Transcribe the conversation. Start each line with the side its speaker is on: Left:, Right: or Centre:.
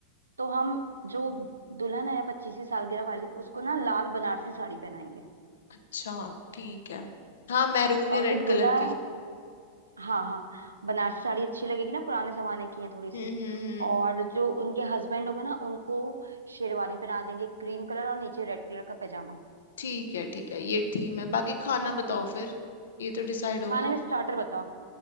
Right: तो हम जो दुल्हन है पच्चीसवीं सालगिरह वाली उसको ना लाल बनारसी साड़ी पहनाएंगे
Left: अच्छा ठीक है हाँ मैरून या
Right: और जो
Left: रेड
Right: दूल्हा
Left: कलर
Right: है
Left: की
Right: हाँ हाँ बनारसी साड़ी अच्छी लगेगी ना पुराने जमाने की है थोड़ी सी
Left: हम्म हम्म हम्म
Right: और जो उनके हस्बैंड होंगे ना उनको शेरवानी पहना देंगे क्रीम कलर और नीचे रेड कलर का पैजामा
Left: ठीक है ठीक है ये थीम है बाकी खाना बताओ फिर ये तो डिसाइड हो
Right: खाने
Left: गया
Right: में स्टार्टर बताओ